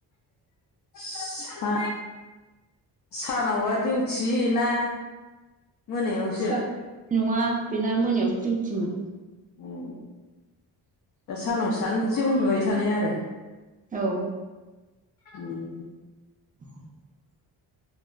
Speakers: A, on the left (about 45°); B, on the right (about 20°).
A: सा सानावबा डिउथि ना मोनायावसो
B: सानाव दिउटि नङा बेना मोनायावसो दिउटिमोन।
A: अ दा सानाव सानसे उन्दुबाय थानाय आरो
B: औ
A: उम
B: <unintelligible>